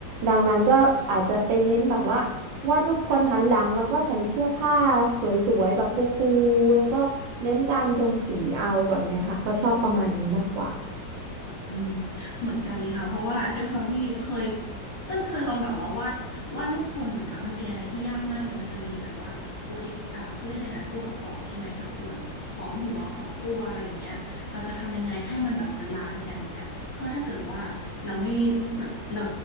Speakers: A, on the right; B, on the left.
A: ดังนั้นก็อาจจะไปเน้นแบบว่าวาดรูปคนหันหลังแล้วก็ใส่เสื้อผ้าสวยๆแบบฟูๆแล้วก็เน้นการลงสีเอาแบบเนี้ยค่ะก็ชอบประมาณนี้มากกว่า
B: อืมเหมือนกันเลยค่ะเพราะว่าด้วยความที่เคยเต้นเคยลองแบบว่าวาดวาดรูปคนอยู่นะมันเป็นอะไรที่ยากมากเลยมันจะมีแบบว่าตัวดิอ่าเขาเรียกเลยนะตัวประกอบใช่ไหมสัดส่วนของหัวของตัวอะไรอย่างเงี้ยเราจะทำยังไงให้มันแบบบาลานซ์กันเงี้ยก็ถ้าเกิดว่าเราไม่แบบเรา